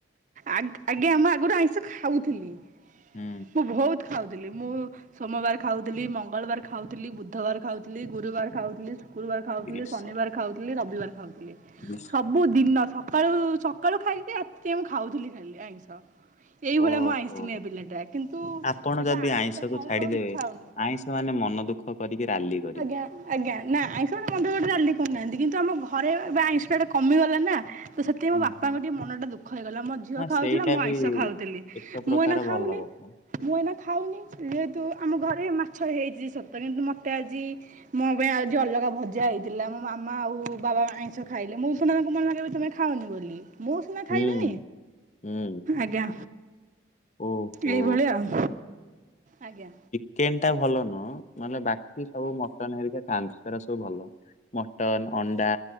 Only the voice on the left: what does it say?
ହୁଁ।
ଗ୍ରୀଷ
ଗ୍ରୀଷ-
ଓହୋ
ଆପଣ ଯଦି
ଆଇଁଷକୁ
ଛାଡିଦେବେ
ଆଇଁଷ ମାନେ ମନ ଦୁଃଖ କରିକି ରାଲି କରିବେ।
ହୁଁ
ହୁଁ
ହଁ
ସେଇଟା
ବି
ଏକ ପ୍ରକାର
ଭଲ କଥା।
ହୁଁ ହୁଁ
ଓହୋ।
କେନ୍ ଟା ଭଲ ନୁହଁ ନହେଲେ ବାକି ସବୁ ମଟନ୍ ହେରିକା ହେରିକା ଖାଆନ୍ତି ସେରା ସବୁ ଭଲ। ମଟନ ଅଣ୍ଡା